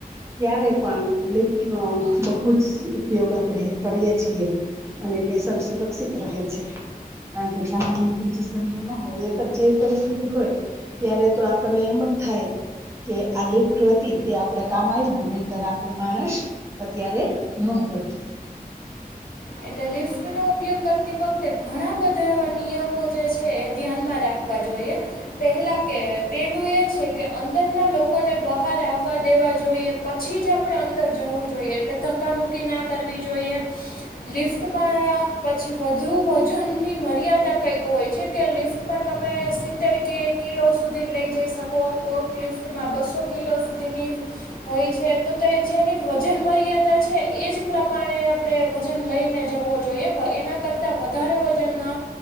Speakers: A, on the right (about 20°); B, on the left (about 70°).
A: ત્યારે પણ લિફ્ટ નો બહુ જ ઉપયોગ આપણેે કરીય છીએ. અને પેશન્ટ સુરક્ષિત રહે છે. કારણ કે ચાલવાની પોઝિશન ન હોય એક જ જેવી પરિસ્થિતિ હોય ત્યારે તો આપણને એમ જ થાય કે આ લિફ્ટ હતી તે આપડે કામ આવું નહીતર માણસ અત્યારે ન હોત.
B: એટલે લિફ્ટનો ઉપયોગ કરતી વખતે ઘણા બધા એવા નિયમો જે છે એ ધ્યાનમાં રાખ વા જોઈએ પેહલા પેહલું એ છે કે અંદરના લોકોને બહાર આવવા દેવા જોઈએ પછી જ આપણે અંદર જવું જોઈએ એટલે ધક્કામુકી ના કરવી જોઈએ. લિફ્ટમાં પછી વધુ વજનની મર્યાદા કંઈક હોય છે કે લિફ્ટમાં તમ તમે સિત્તેર કે કિલો સુધી જ લઈ જઈ શકો કોકલિફ્ટમાં બસો કિલો સુધી ની હોય છે તો જેની વજન મર્યાદા છે એજ પ્રમાણે આપણે વજન લઈને જવું જોઈએ એના કરતા વધારે વજનના